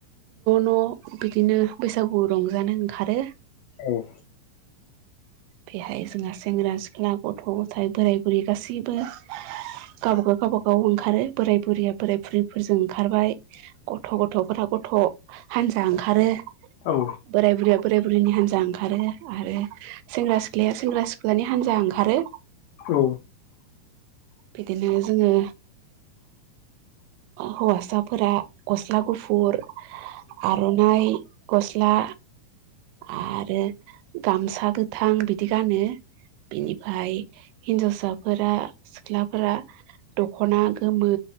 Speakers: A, on the right; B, on the left.
A: न' न' बिदिनो बैसागु रंजानो ओंखारो
B: औ
A: बेहाय जोंहा सेंग्रा सिख्ला गथ' गथाय बोराय बुरि गासैबो गावबागाव गावबाागाव ओंखारो बोराय बुरिया बोराय बुरिफोरजों ओंखारबाय गथ' गथ'फोरा गथ' हानजा ओंखारो
B: औ
A: बोराय बुरैया बोराय बुरिनि हान्जा ओंखारो आरो सेंग्रा सिख्ला सिख्लाया सेंग्रा सिख्लानि हानजा ओंखारो
B: औ
A: बिदिनो जोङो हौवासाफोरा गस्ला गुफुर आर'नाइ गस्ला आरो गामसा गोथां बिदि गानो बिनिफ्राय हिनजावसाफोरा सिख्लाफोरा दख'ना गोमो